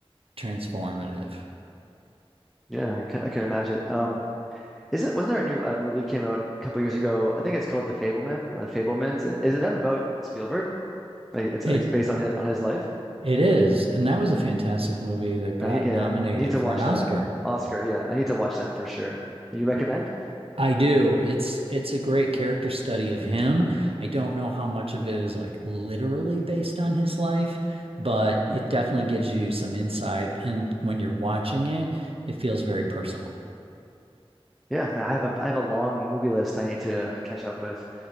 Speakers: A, on the right (about 65°); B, in the centre.
A: transformative.
B: Yeah, I can I can imagine. Um, Isn't wasn't there a new uh, movie came out a couple years ago? I think it's called The Fableman or The Fablemans. Isn't that about Spielberg? Like it's,
A: It
B: like, it's based on his on his life.
A: It is, and that was a fantastic movie that got
B: I, yeah,
A: nominated
B: I need to
A: for
B: watch
A: an Oscar.
B: that. Oscar, yeah, I need to watch that for sure. And you recommend?
A: I do. It's it's a great character study of him. I don't know how much of it is like literally based on his life, but it definitely gives you some insight. And when you're watching it, it feels very personal.
B: Yeah, man, I have a I have a long movie list I need to catch up with.